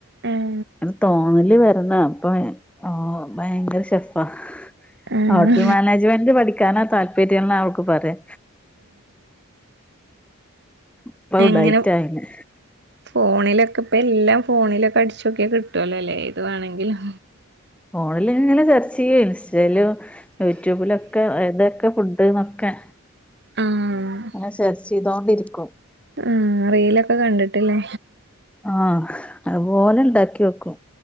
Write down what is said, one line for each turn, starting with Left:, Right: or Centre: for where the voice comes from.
Right: ഏഹ്
Centre: അയിന് തോന്നല് വരണം അപ്പൊ ഓഹ് ഭയങ്കര ഷെഫാ
Right: ആഹ്
Centre: ഹോട്ടൽ മാനേജ്മെന്റ് പഠിക്കാനാ താല്പര്യന്നാ ഓൾക്ക് പറയാ ഇപ്പ
Right: എങ്ങിനും
Centre: ഉടായിട്ടാ അയിന്
Right: ഫോണിലൊക്കെ ഇപ്പ എല്ലാം ഫോണിലൊക്കെ അടിച്ചോക്കിയാ കിട്ടുവല്ലോ ലെ ഏത് വാണങ്കിലും
Centre: ഫോണിൽ ഇങ്ങനെ സെർച്ചെയ്യേ ഇൻസ്റ്റയിലും യൂട്യൂബിലൊക്കെ ഏതൊക്കെ ഫുഡ് ണ്ട്ന്നൊക്കെ
Right: ആഹ്
Centre: ഇങ്ങനെ സെർച്ചേയിതോണ്ടിരിക്കും
Right: ഉം റീലൊക്ക് കണ്ട്ട്ട്ല്ലേ
Centre: ആഹ് അതുപോലെ ഇണ്ടാക്കി വെക്കും